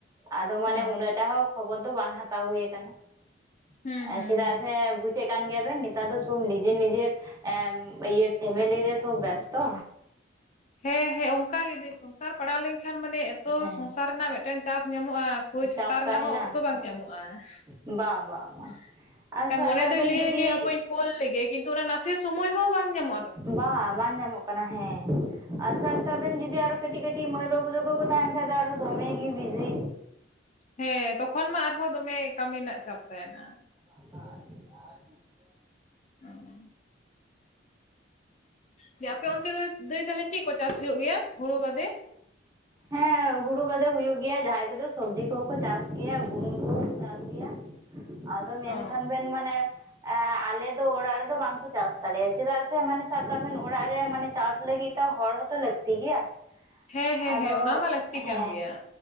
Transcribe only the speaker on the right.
ᱟᱫᱚ ᱢᱟᱱᱮ
ᱩᱱᱟᱹᱜᱴᱟ ᱦᱚᱸ ᱠᱷᱚᱵᱚᱨ ᱫᱚ ᱵᱟᱝ ᱦᱟᱛᱟᱣ ᱦᱩᱭ ᱠᱟᱱᱟ <inaudible>
<inaudible> ᱮ
ᱪᱮᱫᱟᱜ
ᱥᱮ ᱵᱩᱪ ᱪᱮᱫ ᱠᱟᱱ ᱜᱮᱭᱟᱵᱮᱱ ᱱᱮᱛᱟᱨ ᱫᱚ ᱥᱩᱵ ᱱᱤᱡᱮᱨ ᱱᱤᱡᱮᱨ ᱮᱱ ᱤᱭᱟᱹ ᱯᱷᱮᱢᱮᱞᱤ ᱨᱮ ᱥᱚᱵ ᱵᱮᱥᱛᱚ᱾
ᱦᱮᱸ
ᱪᱟᱯ
ᱛᱟᱦᱮᱱᱟ
ᱵᱟ
ᱵᱟ
ᱵᱟ
ᱟᱨ ᱥᱟᱵ
ᱠᱟᱜ
ᱵᱮᱱ
ᱡᱩᱫᱤ
ᱵᱟ ᱵᱟᱝ ᱧᱟᱢᱚᱜ ᱠᱟᱱᱟ ᱦᱮᱸ ᱟᱥᱟ ᱠᱟᱜ ᱵᱮᱱ ᱡᱩᱫᱤ ᱟᱨᱚ ᱠᱟᱹᱴᱤᱡ ᱠᱟᱹᱴᱤᱡ ᱢᱟᱹᱭ ᱵᱟᱵᱩ ᱫᱚ <unintelligible> ᱠᱚ ᱛᱟᱦᱮᱱ ᱠᱷᱟᱡ ᱫᱚ ᱟᱨᱚ ᱫᱚᱢᱮ ᱜᱮ ᱵᱤᱡᱤ᱾
<unintelligible>
ᱦᱮᱸ ᱦᱩᱲᱩ ᱠᱚᱫᱚ ᱦᱩᱭᱩᱜ ᱜᱮᱭᱟ ᱡᱟᱸᱦᱟᱸᱭ ᱠᱚᱫᱚ ᱥᱚᱵᱽᱡᱤ ᱠᱚᱦᱚᱸ ᱠᱚ ᱪᱟᱥ ᱜᱮᱭᱟ ᱜᱩᱦᱩᱢ ᱠᱚᱦᱚᱸ ᱪᱟᱥ ᱜᱮᱭᱟ ᱾ ᱟᱫᱚ ᱢᱮᱱᱠᱷᱟᱱ
ᱵᱮᱱ ᱢᱟᱱᱮ ᱟᱞᱮ ᱫᱚ ᱚᱲᱟᱜ ᱨᱮᱫᱚ ᱵᱟᱝᱠᱚ ᱪᱟᱥ ᱛᱟᱞᱮᱭᱟ ᱪᱮᱫᱟᱜ ᱥᱮ ᱢᱟᱱᱮ ᱥᱟᱵ ᱠᱟᱜᱵᱮᱱ ᱚᱲᱟᱜ ᱨᱮ ᱢᱟᱱᱮ ᱪᱟᱥ ᱞᱟᱹᱜᱤᱫ ᱛᱚ ᱦᱚᱲ ᱦᱚᱛᱚ ᱞᱟᱹᱠᱛᱤ ᱜᱮᱭᱟ
ᱟᱫᱚ
ᱦᱮᱸ